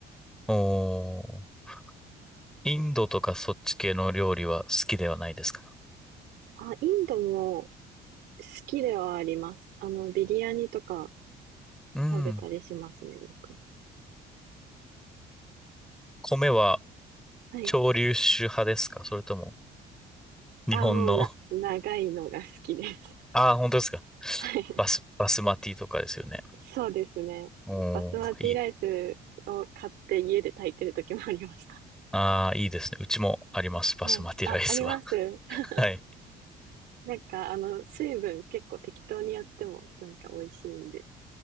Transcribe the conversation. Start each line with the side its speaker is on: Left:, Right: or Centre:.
Centre: おー。インドとかそっち系の料理は好きではないですか
Right: あ、インドも好きではあります。あの、ビリヤニとか
Centre: うん。
Right: 食べたりしますね、よく。
Centre: 米は
Right: はい。
Centre: 潮流種派ですかそれとも日本の
Right: あ、もうな、長いのが好きです。
Centre: <laughs> ああ、本当ですか
Right: <laughs> はい。
Centre: バス、バスマティとかですよね。
Right: そうですね。
Centre: おー、
Right: バスマティライスを買って家で炊いてる時もありました。
Centre: いい。ああ、いいですね。うちもあります。バスマティライスは。
Right: はい。あ、あります。<laughs>
Centre: <laughs> はい。
Right: なんか、あの、水分結構適当にやってもなんか美味しいんで、